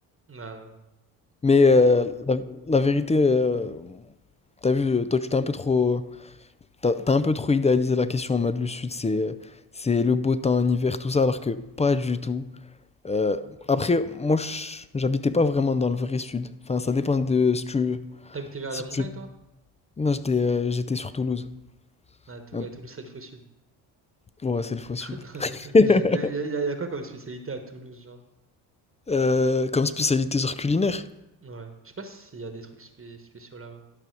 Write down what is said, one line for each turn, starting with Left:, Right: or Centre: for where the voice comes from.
Right: Bah,
Left: Mais euh,
Right: ouais.
Left: la, la vérité, euh, t'as vu, euh, toi tu t'es un peu trop, t'as, t'as un peu trop idéalisé la question en mode le sud, c'est, euh, c'est le beau temps, en hiver, tout ça, alors que pas du tout. Euh, après, moi je- j'habitais pas vraiment dans le vrai sud. Enfin, ça dépend de si tu,
Right: T'habitais vers
Left: si
Right: la montagne,
Left: tu.
Right: toi?
Left: Non, j'étais, euh, j'étais sur Toulouse.
Right: À, Tou-
Left: Hein.
Right: à Toulouse, c'est le faux sud.
Left: Ouais, c'est le faux
Right: <laughs>
Left: sud. <laughs>
Right: Il y a, il y a- il y a quoi comme spécialité à Toulouse, genre?
Left: Euh, comme spécialité genre culinaire,
Right: Ouais. Je sais pas s'il y a des trucs spé- spéciaux là-bas.